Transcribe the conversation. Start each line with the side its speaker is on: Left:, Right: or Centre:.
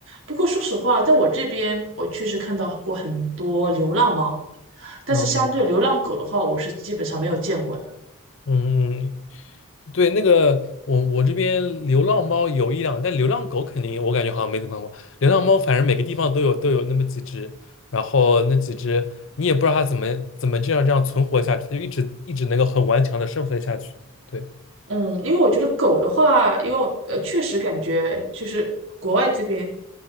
Right: 不过说实话，在我这边，我确实看到过很多流浪猫，但是相对流浪狗的话，
Left: 嗯嗯
Right: 我是基本上没有见过的。
Left: 嗯，对，那个我我这边流浪猫有一两，但流浪狗肯定我感觉好像没怎么看过。流浪猫反正每个地方都有都有那么几只，然后那几只你也不知道它怎么怎么这样这样存活下去，它就一直一直能够很顽强的生存下去。对
Right: 嗯，因为我觉得狗的话，因为我呃，确实感觉就是国外这边，